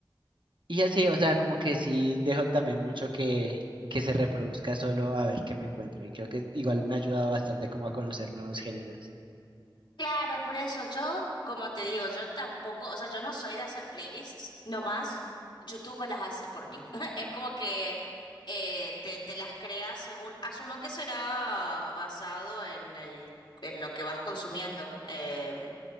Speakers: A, on the right; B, on the left.
A: Y así, o sea, como que sí dejo también mucho que, que se reproduzca solo a ver qué me encuentro. Y creo que igual me ha ayudado bastante como a conocer nuevos géneros.
B: Claro, por eso yo, como te digo, yo tampoco, o sea, yo no soy de hacer playlists, nomás YouTube me las hace por mí. <laughs> Es como que eh, te, te las crea según, asumo que será basado en el, en lo que vas consumiendo. em,